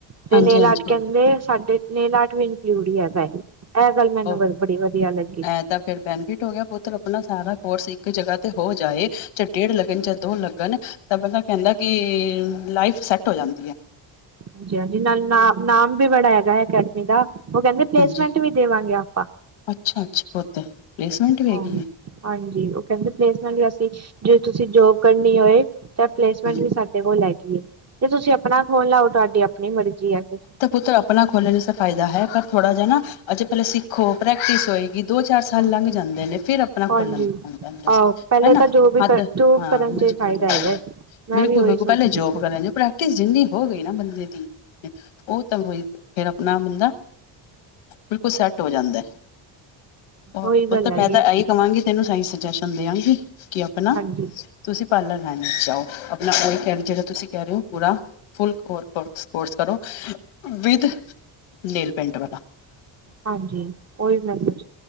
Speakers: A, on the right (about 30°); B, on the left (about 90°).
A: ਤੇ
B: ਹਾਂਜੀ
A: ਨੇਲ
B: ਹਾਂਜੀ
A: ਆਰਟ
B: ਪੁੱਤ
A: ਕੈਂਦੇ ਸਾਡੇ ਨੇਲ ਆਰਟ ਵੀ ਇਨਕਲੂਡ ਈ ਹੈਗਾ ਏ ਗੱਲ ਮੈਨੂੰ
B: ਉਹ
A: ਬੜੀ ਵਧੀਆ ਲੱਗੀ
B: ਇਹ ਤਾਂ ਫਿਰ ਬੈਨੀਫਿਟ ਹੋ ਗਿਆ ਪੁੱਤਰ ਆਪਣਾ ਸਾਰਾ ਕੋਰਸ ਇੱਕ ਜਗ੍ਹਾ ਤੇ ਹੋ ਜਾਏ ਚਲੋ ਡੇਢ ਲੱਗਣ ਦੋ ਲੱਗਣ ਤਾਂ ਬੰਦਾ ਕੈਂਦਾ ਕਿ ਲਾਈਫ ਸੈਟ ਹੋ ਜਾਂਦੀ ਏ
A: ਹਾਂਜੀ-ਹਾਂਜੀ ਨਾਲ ਨਾਮ ਵੀ ਬੜਾ ਹੈਗਾ ਅਕੈਡਮੀ ਦਾ ਓਹ ਕੈਂਦੇ
B: ਹਾਂਜੀ
A: ਪਲੇਸਮੈਂਟ ਵੀ ਦੇਵਾਂਗੇ ਆਪਾਂ
B: ਅੱਛਾ-ਅੱਛਾ ਪੁੱਤ ਪਲੇਸਮੈਂਟ ਵੀ
A: ਹਾਂ
B: ਹੈਗੀ ਏ
A: ਹਾਂਜੀ ਓ ਕੈਂਦੇ ਪਲੇਸਮੈਂਟ ਵੀ ਅਸੀਂ ਜੇ ਤੁਸੀਂ ਜੋਬ ਕਰਨੀ ਹੋਏ ਤਾਂ ਪਲੇਸਮੈਂਟ
B: ਓਕੇ
A: ਵੀ ਸਾ ਕੋਲ ਹੈਗੀ ਏ ਤੇੇ ਤੁਸੀਂ ਆਪਣਾ ਖੋਲ ਲਓ ਤੁਹਾਡੀ ਆਪਣੀ ਮਰਜ਼ੀ ਏ ਫਿਰ
B: ਤਾਂ ਪੁੱਤਰ ਆਪਣਾ ਖੋਲਣ ਵਿਚ ਫਾਇਦਾ ਹੈ ਪਰ ਥੋੜ੍ਹਾ ਜਿਹਾ ਨਾ ਅਜੇ ਪੈਲੇ ਸਿੱਖ ਹੋਰ ਪ੍ਰੈਕਟਿਸ ਹੋਵੇਗੀ ਦੋ ਚਾਰ ਸਾਲ
A: ਹਾਂਜੀ।
B: ਲੰਘ ਜਾਂਦੇ ਨੇ ਫਿਰ ਆਪਣਾ
A: ਹਾਂਜੀ
B: ਖੋਲਾਂਗੇ
A: ਆਹੋ ਪਹਿਲੇ
B: ਹੈਨਾ,
A: ਤਾਂ ਜੋਬ ਹੀ ਕਰ
B: ਹੱਥ
A: ਜੋਬ
B: ਹਾਂ
A: ਕਰਨ
B: ਮਜ਼ਬੂਤ
A: ਚ ਫਾਇਦਾ
B: ਹੁੰਦੀ
A: ਹੈਗਾ।
B: ਐ,
A: ਮੈਂ
B: ਬਿਲਕੁੱਲ-ਬਿਲਕੁੱਲ
A: ਵੀ ਉਹੀ ਸੋਚ
B: ਪੈਲੇ
A: ਰਹੀ
B: ਜੋ ਬ ਕਰ ਲੈਂਦੇ, ਪ੍ਰੈਕਟਿਸ ਜਿੰਨੀ ਹੋ ਗਈ ਨਾ ਬੰਦੇ ਦੀ ਓ <unintelligible> ਫਿਰ ਆਪਣਾ ਬੰਦਾ, ਬਿਲਕੁੱਲ ਸੈਟ ਹੋ ਜਾਂਦੈ। ਹੋਰ
A: ਉਹੀ
B: ਪੁੱਤਰ
A: ਗੱਲ ਹੈਗੀ
B: ਮੈਂ ਤਾਂ
A: ਹੈ
B: ਐਈ ਕਵਾਂਗੀ, ਤੈਨੂੰ ਸਈ ਸੁਜੈਸ਼ਨ ਦਿਆਂਗੀ, ਕੀ ਆਪਣਾ
A: ਹਾਂਜੀ
B: ਤੁਸੀਂ ਪਾਰਲਰ ਲੈਣ ਵਿੱਚ ਜਾਓ, ਆਪਣਾ ਓ ਕੈ ਜੇੜਾ ਤੁਸੀਂ ਕੈ ਰੇ ਓ ਪੂਰਾ ਫੁਲ ਕੋ ਕੋਰਸ ਕਰੋ। ਵਿਦ, ਨੇਲ ਪੈਂਟ ਵਾਲਾ।
A: ਹਾਂਜੀ, ਓਈ ਮੈ ਸੋਚ,